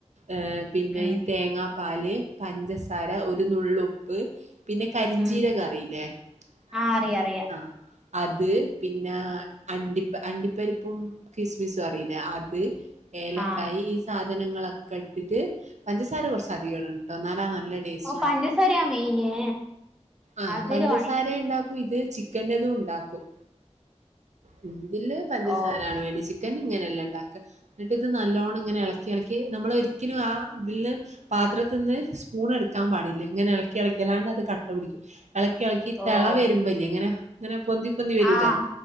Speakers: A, on the right; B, in the centre.
A: ഏഹ് പിന്നെ
B: ഉം
A: ഈ തേങ്ങാപ്പാല്, പഞ്ചസാര, ഒരു നുള്ളുപ്പ് പിന്നെ കരിഞ്ചീരകറിയില്ലേ?
B: ഉം
A: ആ
B: ആഹ്
A: അറിയാം.
B: അറിയാ അറിയാ
A: ആഹ് അത് പിന്നെ അണ്ടിപ്പ അണ്ടിപ്പരിപ്പും കിസ്മിസും അറയില്ലേ? അത് ഏലക്കായി
B: ആഹ്
A: ഈ സാധനങ്ങളൊക്കെ ഇട്ടിട്ട് പഞ്ചസാര കുറച്ച അധികടണട്ടൊ ന്നാലാ നല്ല ടേസ്റ്റ്
B: ഓ പഞ്ചസാര്യ മെയിന്
A: ആ
B: മധുരവാണ്
A: പഞ്ചസാരണ്ടാക്കു ഇത് ചിക്കൻറതു ഉണ്ടാക്കും മ് ഇതില് പഞ്ചസാരാണ്
B: ഓഹ്
A: വേണ്ട്യേ ചിക്കൻൽ ഇങ്ങനെല്ലണ്ടാക്ക. ന്നിട്ട് ഇത് നല്ലോണങ്ങനെ എളക്കി എളക്കി നമ്മള് ഒരിക്കലും ആ തില് പാത്രത്തിൽനിന്ന് സ്പൂൺ എടുക്കാൻ പാടില്ല ഇങ്ങനെ ഇളക്കി ഇളക്കി അല്ലാണ്ട് അത് കട്ട പിടിക്കും എളക്കി എളക്കി
B: ഓഹ്
A: തളവരുംബല്യേ ങ്ങനെ ങ്ങനെ പൊന്തി പൊന്തി വരൂലെ
B: ആഹ്